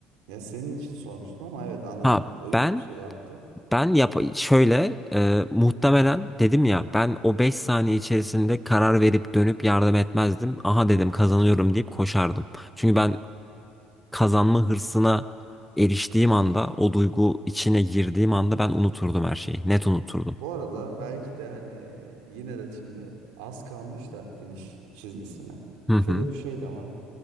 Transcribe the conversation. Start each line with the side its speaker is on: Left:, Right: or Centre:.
Right: Ya senin için sormuştum ama evet anladım.
Centre: Ha
Right: O iyi
Centre: ben
Right: bir şey yaptı.
Centre: Ben yap şöyle e, muhtemelen dedim ya ben o 5 saniye içerisinde karar verip dönüp yardım etmezdim. Aha dedim kazanıyorum deyip koşardım. Çünkü ben kazanma hırsına eriştiğim anda o duygu içine girdiğim anda ben unuturdum her şeyi. Net unuturdum.
Right: Bu arada belki de hani yine de şimdi az kalmış da finish çizgisine.
Centre: Hı hı,
Right: Şöyle bir şey de var.